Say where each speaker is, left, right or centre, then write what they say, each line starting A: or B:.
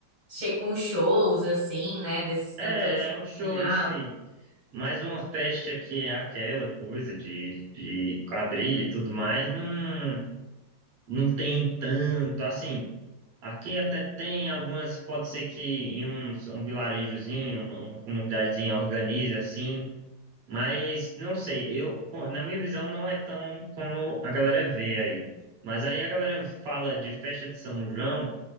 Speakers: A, on the right; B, on the right.
A: Che com shows, assim, né? Desses cantores
B: É, é um show
A: em alto.
B: em si. Mas uma festa que é aquela coisa de, de quadrilha e tudo mais, não, não tem tanto. Assim, aqui até tem algumas, pode ser que em um, um vilarejozinho, uma, uma comunidadezinha organize assim, mas não sei, eu, pô, na minha visão, não é tão como a galera vê aí. Mas aí a galera fala de festa de São João.